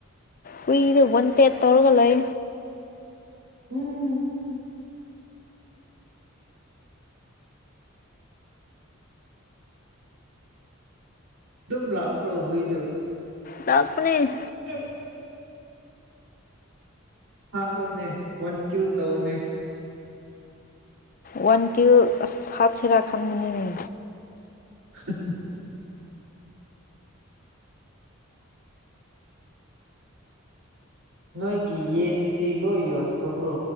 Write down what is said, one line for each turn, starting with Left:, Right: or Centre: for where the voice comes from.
Left: ꯍꯨꯏꯗ ꯕꯟ ꯇꯦꯠ ꯇꯧꯔꯒ ꯂꯩ
Right: ꯎꯝ ꯑꯗꯨꯝ ꯂꯥꯎ ꯄ꯭ꯔꯣ ꯍꯏꯗꯨ
Left: ꯂꯄꯅꯤ
Right: ꯑꯦ ꯍꯠꯂꯣꯅꯦ ꯋꯥꯟ ꯀꯤꯜ ꯇꯧꯅꯦ
Left: ꯋꯥꯟ ꯀꯤꯟ ꯁꯥꯠ ꯁꯔꯥ ꯈꯥꯟꯗꯅꯤꯅꯦ
Right: <inaudible> ꯅꯣꯏꯒꯤ ꯌꯦꯟꯗꯨꯗꯤ ꯂꯣꯏ ꯌꯣꯟꯈ꯭ꯔꯕ꯭ꯔꯣ